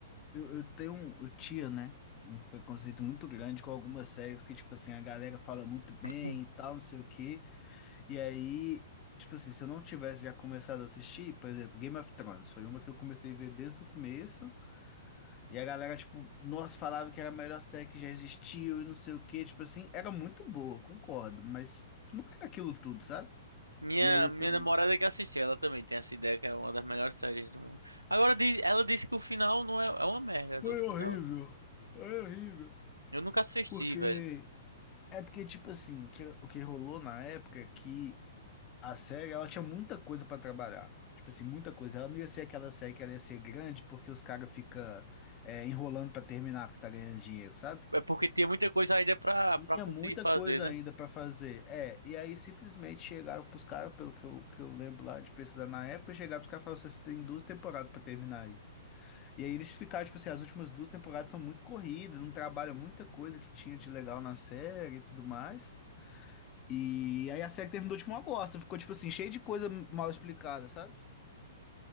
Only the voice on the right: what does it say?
Hum.
Minha,
minha
namorada
é que assistiu, ela também tem essa ideia que é uma das melhores séries do mundo. Agora, diz- ela disse que o final não é, é uma merda
do final.
Eu nunca assisti,
velho.
É porque tinha muita coisa ainda pra,
pra conseguir
fazer,
né?